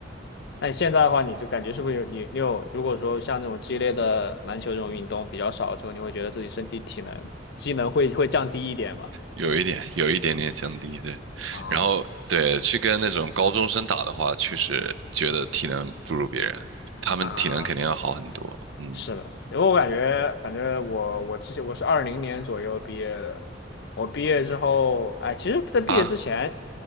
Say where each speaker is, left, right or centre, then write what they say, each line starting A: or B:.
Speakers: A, on the left; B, on the right.
A: 那你现在的话，你就感觉是不是有你你有，如果说像那种激烈的篮球这种运动比较少的时候，你会觉得自己身体体能机能会会降低一点吗？
B: 有一点有一点点降低，对。
A: 啊
B: 然后对，去跟那种高中生打的话，确实觉得体能不如别人，他们体能肯定要好很多。
A: 啊，
B: 嗯
A: 是的，因为我感觉，反正我我之前我是二零年左右毕业的，我毕业之后，哎，其实在毕业之前，
B: 啊，